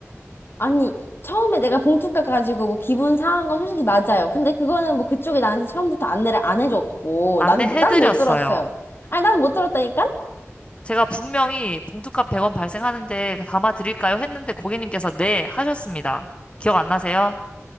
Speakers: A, on the left (about 50°); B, on the left (about 25°).
A: 아니 처음에 내가 봉투 깎가지고 뭐 기분 상한 건 솔직히 맞아요. 근데 그거는 뭐 그쪽이 나한테 처음부터 안내를 안 해줬고
B: 안내해드렸어요.
A: 나는 뭐- 나는 못 들었어요. 아니 나는 못 들었다니까?
B: 제가 분명히 봉투값 100원 발생하는데 담아드릴까요? 했는데 고객님께서 네, 하셨습니다. 기억 안 나세요?